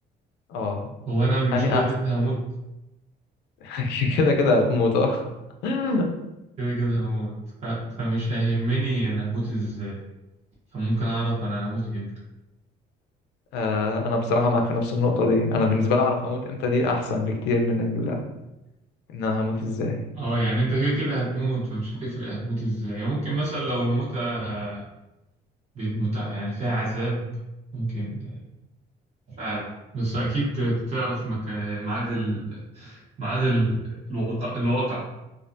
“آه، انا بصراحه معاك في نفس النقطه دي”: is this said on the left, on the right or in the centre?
Left